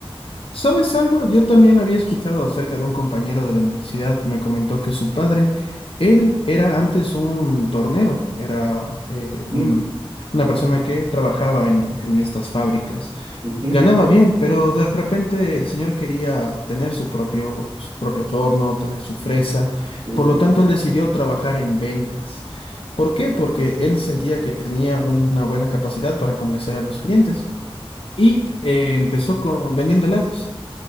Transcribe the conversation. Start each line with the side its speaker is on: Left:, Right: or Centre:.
Left: ¿Sabes algo? Yo también había escuchado acerca de un compañero de la universidad, me comentó que su padre, él era antes un tornero, era eh, un-
Right: Ujú,
Left: una persona que trabajaba en, en estas fábricas.
Right: ujú,
Left: Ganaba bien, pero de repente el señor quería tener su propio, su propio torno, tener su fresa,
Right: ujú,
Left: por lo tanto él decidió trabajar en ventas. ¿Por qué? Porque él sentía que tenía una buena capacidad para convencer a los clientes y eh, empezó con, vendiendo helados